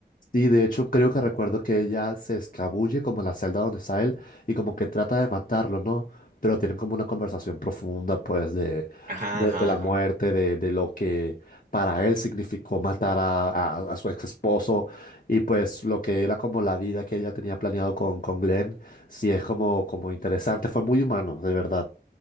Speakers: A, on the left; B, on the right.
A: Sí, de hecho creo que recuerdo que ella se escabulle como en la celda donde está él y como que trata de matarlo, ¿no? Pero tienen como una conversación profunda, pues, de,
B: Ajá,
A: de,
B: ajá,
A: de la
B: ajá.
A: muerte, de, de lo que para él significó matar a, a- a su ex esposo y pues lo que era como la vida que ella tenía planeado con, con Glenn, sí es como, como interesante, fue muy humano, de verdad.